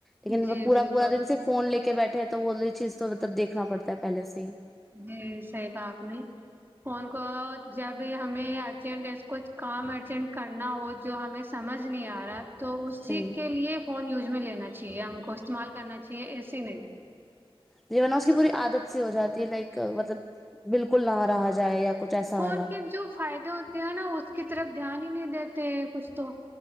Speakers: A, in the centre; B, on the right (about 20°).
A: لیکن
B: جی
A: وہ پورا
B: بالکل
A: پورا دن سے فون لے کے بیٹھے تو وہی چیز تو مطلب دیکنا پڑتا ہے پہلے سے ہی
B: جی صحیح کہا آپ نے فون کہا جب ہمیں ارجنٹ ایس کچھ کام ارجنٹ کرنا ہو جو ہمیں سمجھ نہیں تو اسی
A: جی
B: کے لیے فون یوز میں لینا چاہیے ہم کو استعمال کرنا چاہیے ایسے نہیں
A: جی نا اس کی پوری عادت سی ہو جاتی ہے لائک مطلب بالکل نہ رہا جائے یا کچھ ایسا
B: فون
A: والا
B: کے جو فائدے ہوتے ہیں نا اس کے اس طرف دھیان ہی نہیں دیتے ہیں کچھ تو